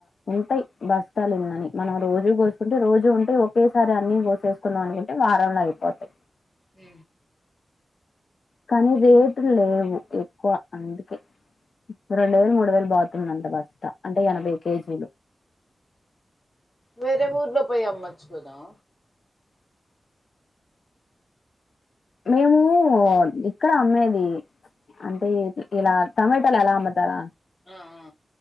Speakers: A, on the left (about 70°); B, on the left (about 20°).
A: ఉంటాయి బస్తాలన్నని మనం రోజు కోసుకుంటే రోజు ఉంటే ఒకేసారి అన్ని కోసే చూసుకుందాం అని అంటే వారంలో అయిపోతాయి
B: హ
A: కానీ రేటు లేవు ఎక్కువ అందుకే రెండు వేలు మూడు వేలు బాతున్న అంత బస్త అంటే ఎనభై కేజీలు
B: వేరే ఊర్లో పోయి అమ్మచ్చు పోదాం
A: మేము ఇక్కడ అమ్మేది అంటే ఇలా టమాటాలు ఎలా అమ్ముతారా
B: ఆ ఆ